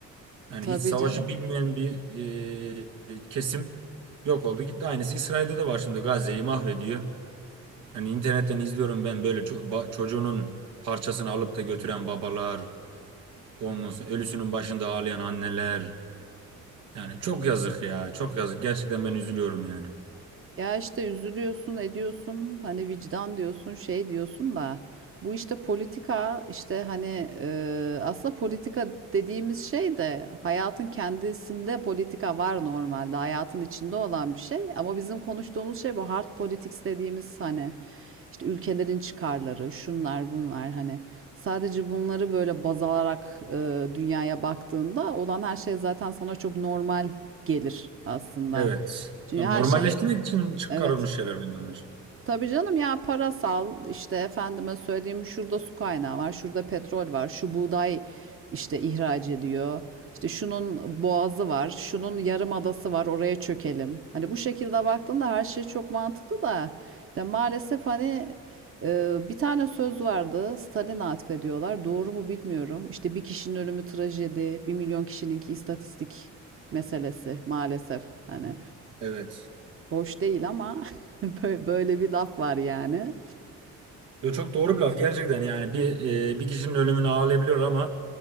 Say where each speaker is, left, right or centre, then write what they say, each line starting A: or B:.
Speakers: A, on the right; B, on the right.
A: Yani
B: tabii
A: hiç savaşı
B: canım.
A: bilmeyen bir e, kesim yok oldu gitti. Aynısı İsrail'de de var şimdi Gazze'yi mahvediyor. Yani internetten izliyorum ben böyle ço- ba- çocuğunun parçasını alıp da götüren babalar, Ondan sonra ölüsünün başında ağlayan anneler. Yani çok yazık ya. Çok yazık. Gerçekten ben üzülüyorum yani.
B: Ya işte üzülüyorsun, ediyorsun, hani vicdan diyorsun, şey diyorsun da bu işte politika işte hani e, aslında politika dediğimiz şey de hayatın kendisinde politika var normalde hayatın içinde olan bir şey ama bizim konuştuğumuz şey bu hard politics dediğimiz hani işte ülkelerin çıkarları, şunlar bunlar hani sadece bunları böyle baz alarak e, dünyaya baktığında olan her şey zaten sana çok normal gelir aslında.
A: Evet.
B: Çünkü
A: Tabii
B: her
A: normalleştirmek
B: şey
A: için çıkarılmış
B: Evet.
A: şeyler bunlar.
B: Tabii canım ya parasal işte efendime söyleyeyim şurada su kaynağı var, şurada petrol var, şu buğday işte ihraç ediyor. İşte şunun boğazı var, şunun yarım adası var, oraya çökelim. Hani bu şekilde baktığında her şey çok mantıklı da işte maalesef hani e, bir tane söz vardı Stalin'e atfediyorlar. Doğru mu bilmiyorum. İşte bir kişinin ölümü trajedi, bir milyon kişininki istatistik meselesi maalesef. Hani
A: Evet.
B: Hoş değil ama <laughs> bö- böyle bir laf var yani.
A: Yo, çok doğru bir laf gerçekten yani bir e, bir kişinin ölümünü ağlayabiliyor ama